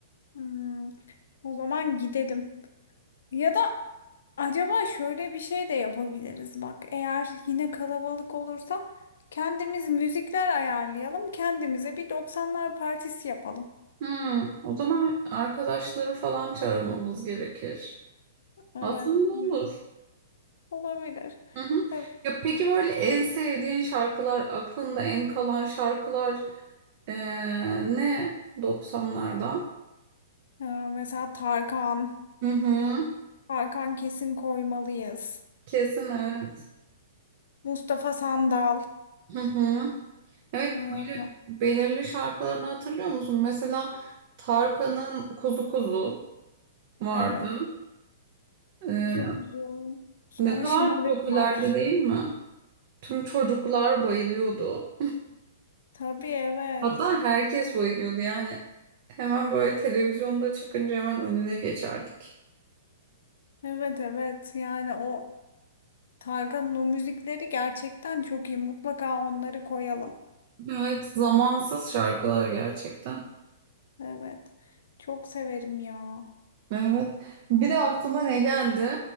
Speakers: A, on the left; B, on the right.
A: Hmm, o zaman gidelim. Ya da acaba şöyle bir şey de yapabiliriz bak. Eğer yine kalabalık olursa kendimiz müzikler ayarlayalım. Kendimize bir 90'lar partisi yapalım.
B: Hmm, o zaman arkadaşları falan çağırmamız gerekir.
A: Evet.
B: Aslında olur.
A: evet. Olabilir.
B: Hı hı.
A: Evet.
B: Ya peki böyle en sevdiğin şarkılar, aklında en kalan şarkılar eee, ne? doksanlardan?
A: Ee, mesela Tarkan.
B: Hı hı.
A: Tarkan kesin koymalıyız.
B: Kesin evet.
A: Mustafa Sandal.
B: Hı hı. Evet
A: Ee,
B: böyle belirli şarkılarını hatırlıyor musun? Mesela Tarkan'ın Kuzu Kuzu vardı.
A: Evet.
B: Eee,
A: Kuzu kuzu. Sonra
B: ne kadar
A: şımarık
B: popülerdi
A: var.
B: değil mi? Tüm çocuklar bayılıyordu.
A: Tabii evet.
B: Hatta herkes bayılıyordu yani. Hemen böyle televizyonda çıkınca hemen önüne geçerdik.
A: Evet evet. Yani o Tarkan'ın o müzikleri gerçekten çok iyi. Mutlaka onları koyalım.
B: Evet, zamansız şarkılar gerçekten.
A: Evet. Çok severim ya.
B: Evet. Bir de aklıma ne geldi?